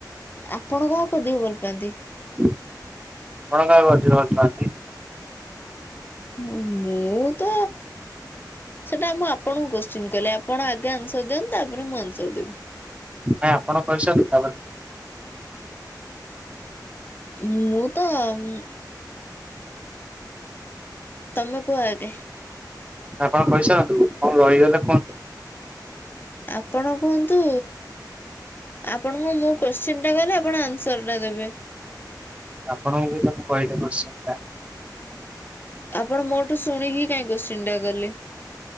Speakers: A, on the left; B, on the right.
A: ଆପଣ କାହାକୁ ଅଧିକ ଭଲ ପାଆନ୍ତି?
B: ଆପଣ କାହାକୁ ଅଧିକ ଭଲ୍ ପାଆନ୍ତି?
A: ମୁଁ ତ ସେଟା ମୁଁ ଆପଣଙ୍କୁ କୋଶ୍ଚିନ୍ କଲି ଆପଣ ଆଗେ ଆନ୍ସର ଦିଅନ୍ତୁ ତାପରେ ମୁଁ ଆନ୍ସର ଦେବି।
B: ନାଇଁ ଆପଣ କହି ସାରନ୍ତୁ ତାପରେ ମୁଁ।
A: ମୁଁ ତ ଉଁ ତମେ କୁହ ଆଗ?
B: ନାଁ ଆପଣ କଣ କହିସାରନ୍ତୁ କଣ ରହିଗଲେ କୁହନ୍ତୁ।
A: ଆପଣ କୁହନ୍ତୁ? ଆପଣଙ୍କୁ ମୁଁ କୋଶ୍ଚିନ୍ ଟା କଲି ଆପଣ ଆନ୍ସର ଟା ଦେବେ।
B: ଆପଣଙ୍କୁବିତ ମୁଁ କହିଲେ କୋସ୍ଚିନ୍ ଟା।
A: ଆପଣ ମୋ ଠୁ ଶୁଣିକି କାଇଁ କୋସ୍ଚିନ୍ ଟା କଲେ?